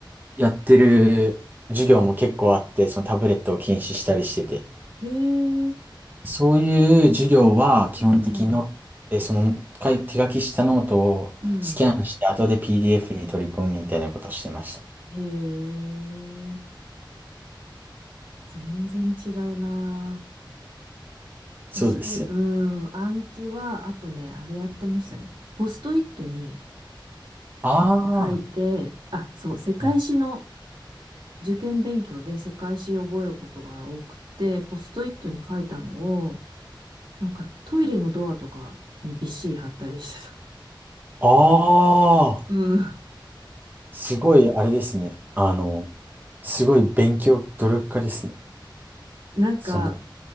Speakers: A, on the right; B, on the right.
A: やってる授業も結構あって、そのタブレットを禁止したりしてて。
B: ええ
A: そういう授業は基本的にノートで、
B: うん。
A: その書い手書きしたノートをスキャンして後で
B: うん。
A: PDF に取り込むみたいなことをしてました。
B: へえ。全然違うな。
A: そうですよ。
B: 私、うん。暗記は、あとね、あれやってましたね。ポストイットに
A: ああ、
B: 書いて、あ、そう、世界史の
A: はい。
B: 受験勉強で世界史を覚えることが多くて、ポストイットに書いたのを、なんかトイレのドアとかにびっしり貼ったりしてた。
A: ああ、
B: うん。
A: すごいあれですね。あの、すごい勉強、努力家ですね。
B: なんか、
A: その、